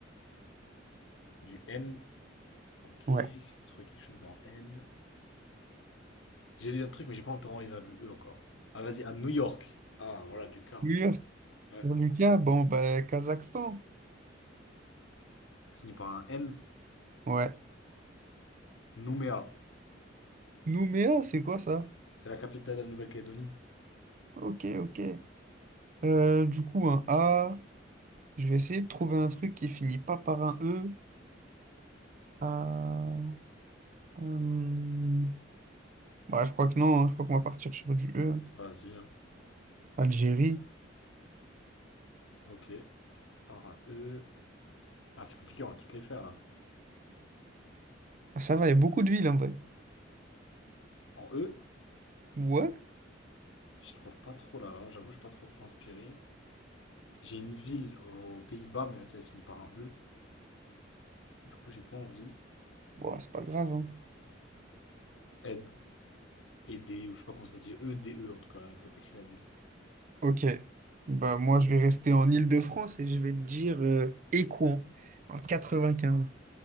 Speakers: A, on the left (about 80°); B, on the right (about 40°).
A: Du N. Ok,
B: Ouais.
A: j'ai trouvé quelque chose en N. J'ai dit un truc, mais j'ai pas envie de renvoyer vers du E encore. Ah, vas-y, à New York. Ah, voilà, du K.
B: Ur,
A: Ouais.
B: Lucas, bon, ben, Kazakhstan.
A: Ça finit par un N.
B: Ouais.
A: Nouméa.
B: Nouméa, c'est quoi ça?
A: C'est la capitale de la Nouvelle-Calédonie.
B: Ok, ok. Euh, du coup, un A. Je vais essayer de trouver un truc qui finit pas par un E. Ah, euh, bah, je crois que non. hein. Je crois qu'on va partir sur du E.
A: Vas-y, hein.
B: Algérie.
A: Ok. Par un E. Ah, c'est compliqué, on va toutes les faire, là.
B: Ah, ça va, il y a beaucoup de villes en vrai.
A: En E,
B: Ouais?
A: je trouve pas trop, là, là. J'avoue, je suis pas trop, trop inspiré. J'ai une ville aux Pays-Bas, mais là, ça finit par un E. Du coup, j'ai pas envie.
B: Bon, c'est pas grave. hein.
A: Aide. Aider, ou je sais pas comment ça se dit. E-D-E, en tout cas. Ça s'écrit la ville.
B: Ok. Bah, moi, je vais rester en Île-de-France et je vais te dire euh, Écouen, en 95.